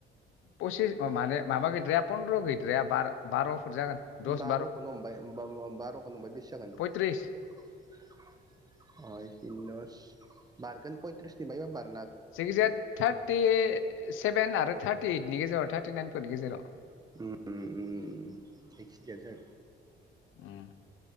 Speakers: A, on the left; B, on the right.
A: पसिस माने माबा गैद्राया पन्द्र' गैद्राया बार बार' जागोन दस
B: बार'खौनो हमबाय होमबाथ बा बार'खौनो हमबाय बेसे जागोन
A: पयथ्रिस
B: <unintelligible> बारगोन पयथ्रिसनि बायबाबो बारगोन
A: जायखिजाया थार्टि सेभेन आरो थार्टि ओइटनि गेजेराव थार्टिनाइनफोरनि गेजेराव।
B: उम-उम-उम बे खिनियानो जागोन
A: उम